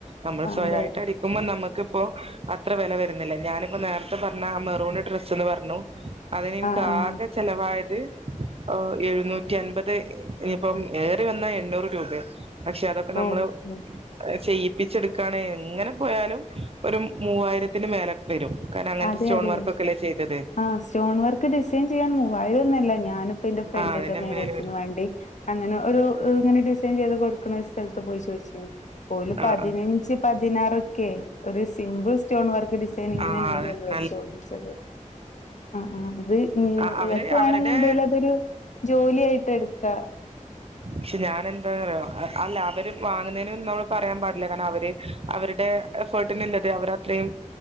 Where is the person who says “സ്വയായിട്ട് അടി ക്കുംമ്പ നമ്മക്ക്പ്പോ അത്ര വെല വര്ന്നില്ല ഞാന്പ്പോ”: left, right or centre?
Right